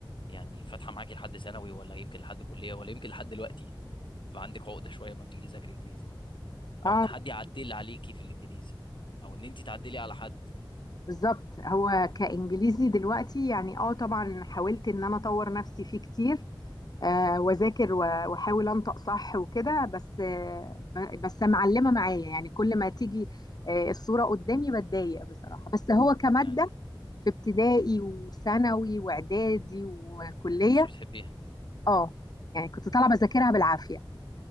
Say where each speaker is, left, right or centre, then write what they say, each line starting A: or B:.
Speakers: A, on the left; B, on the left.
A: يعني فاتحة معاكي لحد ثانوي ولا يمكن لحد كلية ولا يمكن لحد دلوقتي بقى عندك عقدة شوية ما بتيجي تذاكري انجليزي او
B: اه
A: ان حد يعدل عليكي في الانجليزي او ان انت تعدلي على حد
B: بالظبط هو كانجليزي دلوقتي يعني اه طبعا حاولت ان انا اطور نفسي فيه كتير آه واذاكر و- واحاول انطق صح وكده بس آه ب- بس معلمه معايا يعني كل ما تيجي آه الصوره قدامي بتضايق بصراحه بس هو كماده
A: يعني
B: في ابتدائي وثانوي واعدادي وكليه
A: ما كنتش بتحبيها
B: اه يعني كنت طالعه بذاكرها بالعافيه